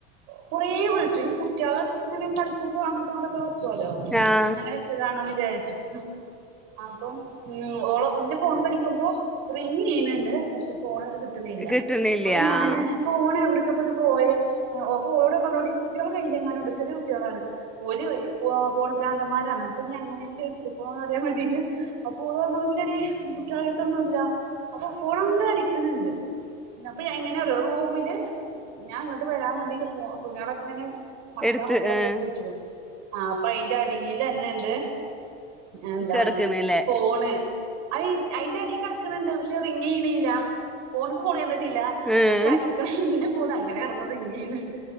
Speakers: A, on the right (about 60°); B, in the centre.
A: കുറെ വ്ള്ച്ചു. ഇനി കുട്ട്യാള് ഇങ്ങനെ കളിക്കുമ്പോ അങ്ങോട്ടും ഇങ്ങൊട്ടെക്കെ. വെക്കോലോ.
B: ആഹ്
A: അങ്ങനെ വെച്ചതാണോന്ന് വിചാരിച്ച് അപ്പം ഉം ഓളോ ഇന്റെ ഫോണേക്കടിക്കുമ്പോ റിങ് ചെയ്യ്ണ് ണ്ട്. പക്ഷെ ഫോണ് കിട്ട്ണില്ല കിട്ട്ണില്യാ
B: കിട്ടണില്ല
A: അപ്പോ ഞാന്.
B: ആഹ്
A: ഫോണ് എവ്ട്ക്കാപ്പത് പോയേ അപ്പൊ ഓളോട് ഞാൻ പറ്ഞ്ഞു എടീ കുട്ട്യാളെ കയ്യിലെങ്ങാനുണ്ടോ ചെറിയെ കുട്ട്യാളാണ്. ഓര് ഫോ ഫോണ് ഭ്രാന്തമാരാണ്. അപ്പഞ്ഞി അങ്ങനെറ്റെ ഇട്ത്ത്ക്ക്ണോന്ന് അറിയാൻ വേണ്ടിറ്റ് അപ്പോ ഓള് പറ്ഞ്ഞു ഇല്ലടി. കുട്ടിളെട്ത്തൊന്നുല്ല. അപ്പോ ഫോണങ്ങനെ അടിക്ക്ണ് ണ്ട്. അപ്പൊ എങ്ങനെറിയോ റൂമില്, ഞാൻ ഇങ്ങട്ട് വെരാൻ വേണ്ടീട്ട് പോ തുണ്യളൊക്കങ്ങനെ. മടക്കാൻ
B: എടുത്ത്
A: വേണ്ടി അഹ്ഒക്കെ
B: ആഹ്
A: ട്ത്തെച്ച്ക്ക്ണ് ആഹ് അപ്പ അയിന്റെ അടിലന്നെണ്ട്. എന്താണ്
B: കെടക്കണില്ലേ
A: ഫോണ്. അയി അയിന്റെ അടീ കെട്ക്ക് കെട്ക്ക്ണ് ണ്ട് പക്ഷെ റിങ്ങെയ്യ്ണില്യാ. ഫോണിക്ക് കോള് ചെന്നിട്ടില്ല.
B: ആഹ്
A: പക്ഷെ അടിക്ക്ണ്ട് അടിക്ക്ണ്. എന്റെ ഫോണ് അങ്ങനെ കെടെന്ന് റിങ്ങ് ചെയ്യ്ണ് ണ്ട്.